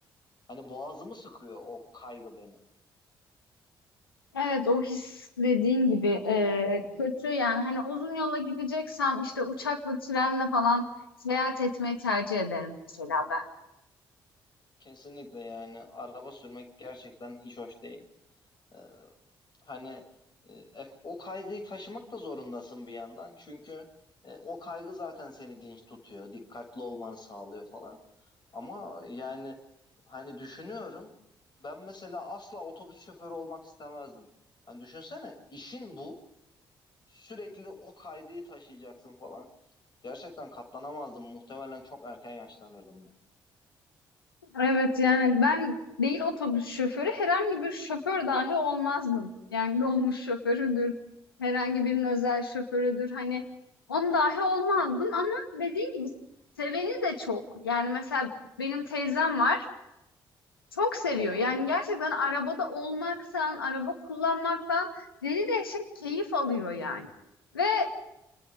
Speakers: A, on the left (about 40°); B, on the left (about 85°).
A: Hani boğazımı sıkıyor o kaygı benim.
B: Evet o his dediğin gibi e, kötü yani hani uzun yola gideceksem işte uçakla trenle falan seyahat etmeyi tercih ederim mesela ben.
A: Kesinlikle yani araba sürmek gerçekten hiç hoş değil. Ee, hani e, e, o kaygıyı taşımak da zorundasın bir yandan. Çünkü e, o kaygı zaten seni dinç tutuyor, dikkatli olmanı sağlıyor falan. Ama yani hani düşünüyorum ben mesela asla otobüs şoförü olmak istemezdim. Hani düşünsene işin bu. Sürekli o kaygıyı taşıyacaksın falan. Gerçekten katlanamazdım. Muhtemelen çok erken yaşlanırdım ya.
B: Evet yani ben değil otobüs şoförü herhangi bir şoför dahi olmazdım. Yani <laughs> dolmuş şoförüdür, herhangi birinin özel şoförüdür. Hani on dahi olmazdım ama dediğim gibi seveni de çok. Yani mesela benim teyzem var çok seviyor.
A: Hı hı.
B: Yani gerçekten arabada olmaktan, araba kullanmaktan deli dehşet keyif alıyor yani. Ve